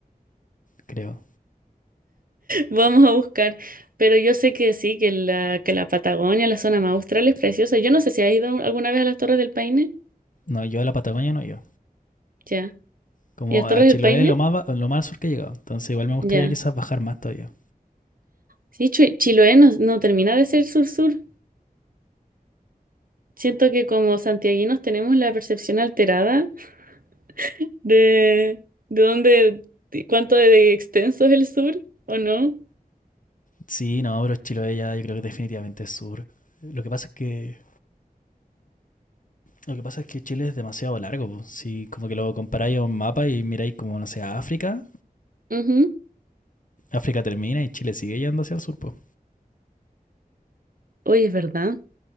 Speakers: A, on the left (about 60°); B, on the right (about 65°).
A: creo.
B: Vamos a buscar. Pero yo sé que sí, que la, que la Patagonia, la zona más austral es preciosa. Yo no sé si has ido alguna vez a las Torres del Paine.
A: No, yo a la Patagonia no yo.
B: Ya.
A: Como
B: ¿Y las
A: a
B: Torres
A: Chiloé
B: del Paine?
A: lo más lo más al sur que he llegado. Entonces igual me gustaría
B: Ya.
A: quizás bajar más todavía.
B: Sí, Chue- Chiloé no, no termina de ser sur-sur. Siento que como santiaguinos tenemos la percepción alterada <laughs> de, de dónde, de cuánto de extenso es el sur, ¿o no?
A: Sí, no, pero Chiloé ya yo creo que definitivamente es sur. Lo que pasa es que lo que pasa es que Chile es demasiado largo, po. Si como que lo comparáis a un mapa y miráis como no sé, a África,
B: Ujú.
A: África termina y Chile sigue yendo hacia el sur, pues.
B: Oye, es verdad.